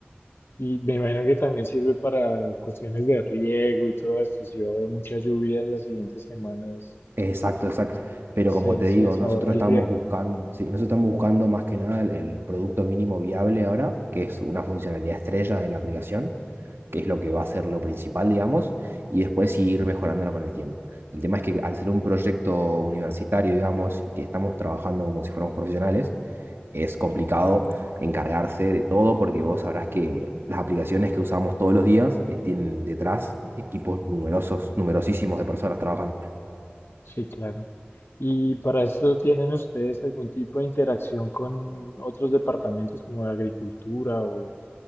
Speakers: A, on the left; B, on the right.
A: Y me imagino que también sirve para cuestiones de riego y todo esto. Si va a haber mucha lluvia en las siguientes semanas,
B: Exacto, exacto. Pero
A: se,
B: como te
A: se,
B: digo,
A: se
B: nosotros
A: ahorra el
B: estamos
A: riego.
B: buscando, sí, nosotros estamos buscando más que nada el, el producto mínimo viable ahora, que es una funcionalidad estrella de la aplicación, que es lo que va a ser lo principal, digamos, y después sí ir mejorándola con el tiempo. El tema es que al ser un proyecto universitario, digamos, y que estamos trabajando como si fuéramos profesionales, es complicado encargarse de todo porque vos sabrás que las aplicaciones que usamos todos los días eh, tienen detrás equipos numerosos, numerosísimos de personas trabajando.
A: Sí, claro. ¿Y para esto tienen ustedes algún tipo de interacción con otros departamentos como de agricultura o...